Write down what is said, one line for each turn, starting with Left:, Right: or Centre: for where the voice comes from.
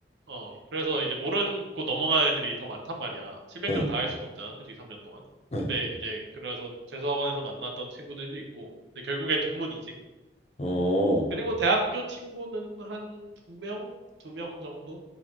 Right: 어, 그래서 이제 모르고 넘어가는 애들이 더 많단 말이야. 700명
Left: 응,
Right: 다 할 수는 없잖아, 솔직히 3년 동안.
Left: 응.
Right: 근데 이제, 그래서 재수학원에서 만났던 친구들도 있고, 근데 결국에 동문이지.
Left: 어,
Right: 그리고 대학교 친구는 한 두 명? 두 명 정도?